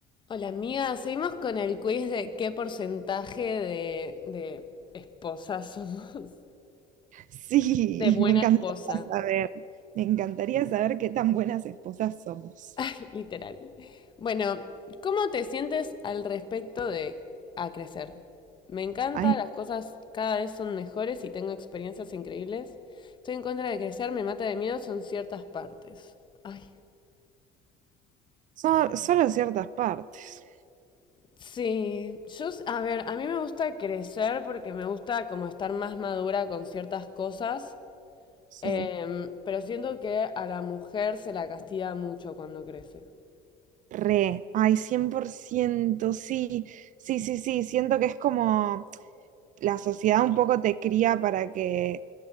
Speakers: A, on the left (about 25°); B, on the right (about 45°).
A: Hola amiga, seguimos con el quiz de qué porcentaje de, de esposas somos.
B: Sí,
A: <laughs> De buena
B: <laughs> me encantaría
A: esposa,
B: saber, me encantaría saber qué tan buenas esposas somos.
A: <laughs> literal. Bueno, ¿cómo te sientes al respecto de a crecer? Me encanta,
B: Ay,
A: las cosas cada vez son mejores y tengo experiencias increíbles. Estoy en contra de crecer, me mata de miedo, son ciertas partes. Ay.
B: so- solo ciertas partes,
A: Sí, yo, s- a ver, a mí me gusta crecer porque me gusta como estar más madura con ciertas cosas.
B: sí.
A: Eh, pero siento que a la mujer se la castiga mucho cuando crece.
B: Re, ay, 100% sí, sí, sí, sí, siento que es como la sociedad un poco te cría para que